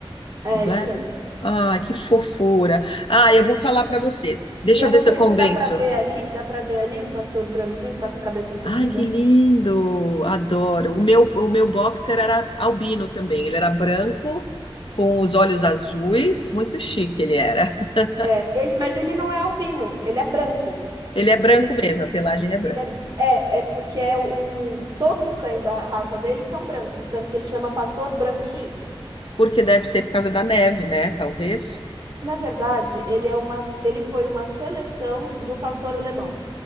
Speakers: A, on the right; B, on the left.
A: É,
B: Black.
A: isso mesmo.
B: Ah, que fofura. Ah, eu vou falar para você. Deixa
A: E eu
B: eu
A: não
B: ver se
A: sei
B: eu convenço.
A: se dá pra ver ali, dá pra ver ali o pastor branco suíço tá com a cabeça escondida?
B: Ai, que lindo. Adoro. O meu, o meu boxer era albino também. Ele era branco, com os olhos azuis. Muito chique ele era. <laughs>
A: É, ele, mas ele não é albino, ele é branco.
B: Ele é branco
A: Ele,
B: mesmo, a pelagem é branca.
A: ele é, é, é porque é o, todos os cães da raça dele são brancos, tanto que ele chama pastor branco suíço.
B: Porque deve ser por causa da neve, né? Talvez.
A: Na verdade, ele é uma, ele foi uma seleção do pastor alemão.